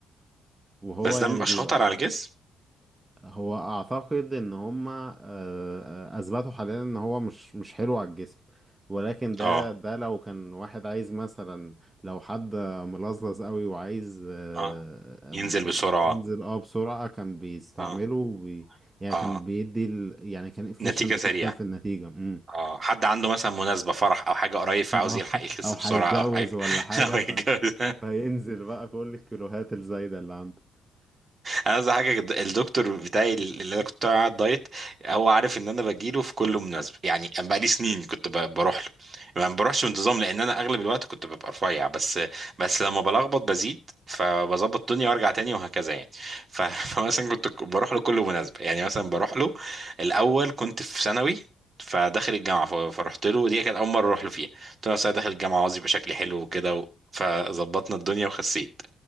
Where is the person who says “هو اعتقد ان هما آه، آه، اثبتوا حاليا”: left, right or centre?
Right